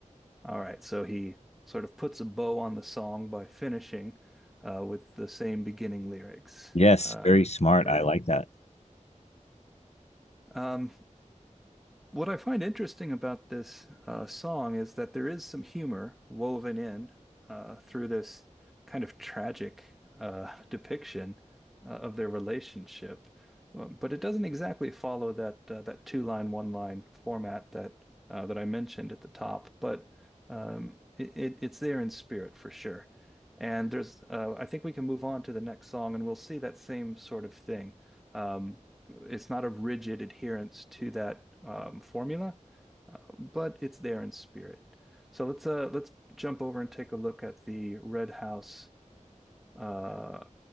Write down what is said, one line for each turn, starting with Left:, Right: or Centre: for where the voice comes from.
Centre: All right. So he sort of puts a bow on the song by finishing uh with the same beginning lyrics.
Left: Yes,
Centre: Uh
Left: very smart.
Centre: never
Left: I
Centre: written.
Left: like that.
Centre: Um What I find interesting about this uh, song is that there is some humor woven in uh, through this kind of tragic uh, depiction uh, of their relationship, Um, but it doesn't exactly follow that uh, that two line, one line format that uh, that I mentioned at the top. But um, it, it, it's there in spirit for sure. And there's, uh, I think we can move on to the next song, and we'll see that same sort of thing. Um, it's not a rigid adherence to that um, formula, uh, but it's there in spirit. So let's uh, let's jump over and take a look at the Red House. Uh,